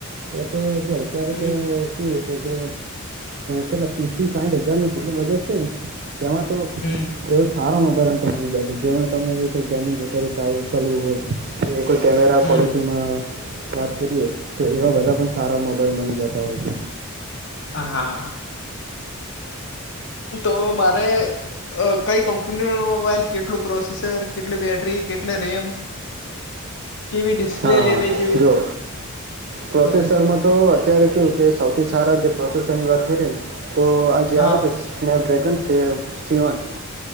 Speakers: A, on the right; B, on the left.
A: તો તો જો અત્યારે
B: હમ
A: તો કેવું છે કે કેટલા ત્રીસથી સાઠ હજારનું જેટલું બજેટ છે, ને તેમાં તો
B: હ
A: એવો સારો મોબાઈલ આમ તો મળી જાય છે, જેમાં તમે એ કોઈ ગેમિંગ વગેરે કે કરવું હોય કે કોઈ કેમેરા
B: હમ
A: ક્વોલિટીમાં વાત કરીએે તો એવા બધા પણ સારા મો ખબર મળી જતા હોય છે.
B: હા તો મારે અ કઈ કંપનીઓ નો મોબાઈલ, કેટલું પ્રોસેસર, કેટલી બેટરી, કેટલ રેમ <inaudible>
A: હા હા
B: લેવી જેવી
A: જોઓ પ્રોસેસરમાં
B: હ
A: તો અત્યારે કેવું કે સૌથી સારા જે પ્રોસેસરની વાત કરીએ ને તો આ જેે
B: હા
A: આવે છે સ્નેપડ્રેગન સીવન